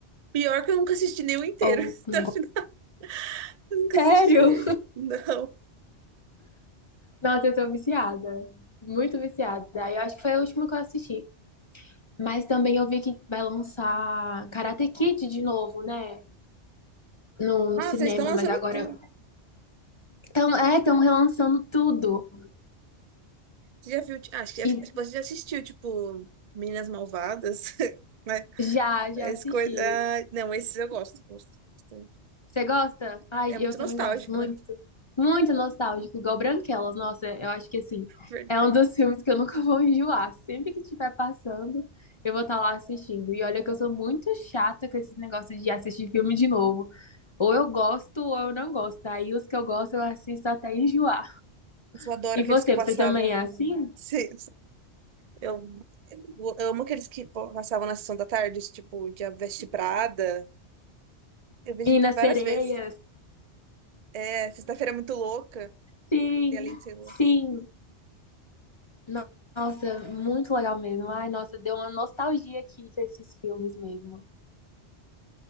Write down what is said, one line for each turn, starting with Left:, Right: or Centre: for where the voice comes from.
Right: Pior que eu nunca assisti nenhum inteiro.
Left: Ou
Right: <laughs>
Left: não
Right: Até o
Left: gosta?
Right: final, eu nunca
Left: <laughs> Sério?
Right: assisti nenhum. Não.
Left: Nossa, eu tô viciada. Muito viciada. Aí eu acho que foi o último que eu assisti. Mas também eu vi que vai lançar Karate Kid de novo, né? no, no
Right: Ah,
Left: cinema,
Right: vocês estão lançando
Left: mas agora
Right: tudo.
Left: estão é, tão relançando tudo.
Right: Você já viu? ti- Ah, Acho que, acho
Left: E
Right: que você já assistiu, tipo, Meninas Malvadas, <laughs> né?
Left: já, já
Right: Esse
Left: assisti.
Right: coisa... ah, não, esses eu gosto, gosto. bastante.
Left: Você gosta? Ai,
Right: É muito
Left: eu também
Right: nostálgico,
Left: gosto muito.
Right: né?
Left: Muito nostálgico, igual Branquelas. Nossa, eu acho que assim,
Right: Verdade.
Left: é um dos filmes que eu nunca <laughs> vou enjoar. Sempre que estiver passando, eu vou estar lá assistindo. E olha que eu sou muito chata com esses negócios de assistir filme de novo. Ou eu gosto ou eu não gosto. Aí os que eu gosto eu assisto até enjoar.
Right: Eu só adoro
Left: E
Right: aqueles
Left: você,
Right: que passava
Left: você também é assim?
Right: <laughs> sim Eu, eu amo aqueles que pô, passavam na sessão da tarde, tipo, de A Veste Prada. Eu vi
Left: Minas
Right: vi várias
Left: Sereias,
Right: vezes. É, Sexta-feira é Muito Louca,
Left: Sim,
Right: e além de ser louca.
Left: sim. No- Nossa, muito legal mesmo. Ai, nossa, deu uma nostalgia aqui desses filmes mesmo.